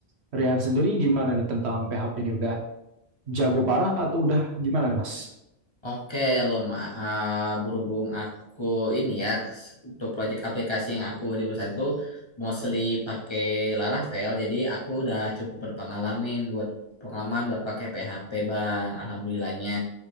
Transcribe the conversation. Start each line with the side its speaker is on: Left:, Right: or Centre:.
Right: Rian sendiri gimana nih tentang PHP ini? Udah jago parah atau udah gimana nih, Mas?
Left: Oke, lo Ma- ah, berhubung aku ini ya untuk proyek aplikasi yang aku di perusahaan tuh mostly pakai Laravel, jadi aku udah cukup berpengalaman buat pengalaman buat pakai PHP, Bang. Alhamdulillahnya.